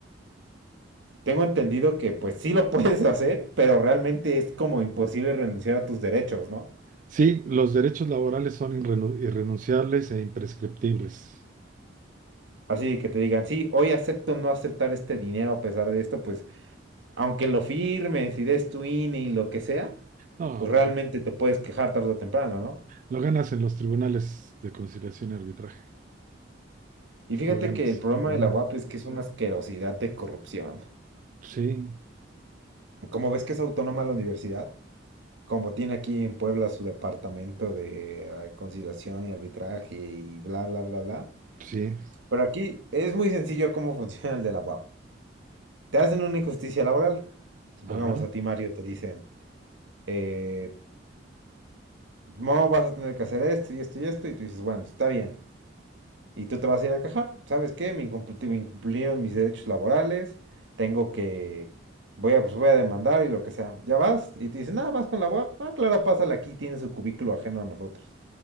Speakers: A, on the right; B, on the right.
A: Tengo entendido que pues sí lo <laughs> puedes hacer, pero realmente es como imposible renunciar a tus derechos, ¿no?
B: Sí, los derechos laborales son irrenu- irrenunciables e imprescriptibles.
A: Así que te digan, sí, hoy acepto no aceptar este dinero a pesar de esto, pues aunque lo firmes y des tu INE y lo que sea,
B: No,
A: pues realmente te puedes quejar tarde o temprano, ¿no?
B: lo ganas en los tribunales de conciliación y arbitraje.
A: Y fíjate
B: Lo ganas.
A: que el problema
B: Ujú.
A: de la UAP es que es una asquerosidad de corrupción.
B: Sí,
A: Como ves que es autónoma la universidad, como tiene aquí en Puebla su departamento de eh, conciliación y arbitraje y bla, bla, bla, bla.
B: sí,
A: Pero aquí es muy sencillo cómo funciona el de la UAP. Te hacen una injusticia laboral. Supongamos
B: ajá,
A: a ti, Mario, te dicen, eh, no vas a tener que hacer esto y esto y esto, y tú dices, bueno, está bien. Y tú te vas a ir a quejar. ¿Sabes qué? Me, incumpl- me incumplieron mis derechos laborales. Tengo que. Voy a, pues voy a demandar y lo que sea. Ya vas. Y te dicen, ah, vas con la UAP. Ah, claro, pásala aquí. Tiene su cubículo ajeno a nosotros.